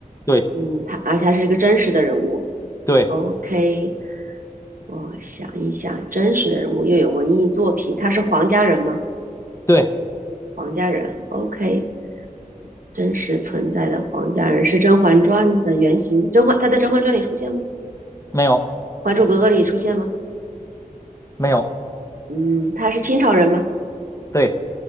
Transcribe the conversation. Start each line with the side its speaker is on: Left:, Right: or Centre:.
Left: 对
Right: 嗯，他而且他是一个真实的人物。
Left: 对
Right: OK，我想一想，真实的人物又有文艺作品，他是黄家人吗？
Left: 对，
Right: 黄家人，OK，真实存在的黄家人是《甄嬛传》的原型，甄嬛他在《甄嬛传》里出现吗？
Left: 没有
Right: 《还珠格格》里出现吗？
Left: 没有，
Right: 嗯，他是清朝人吗？
Left: 对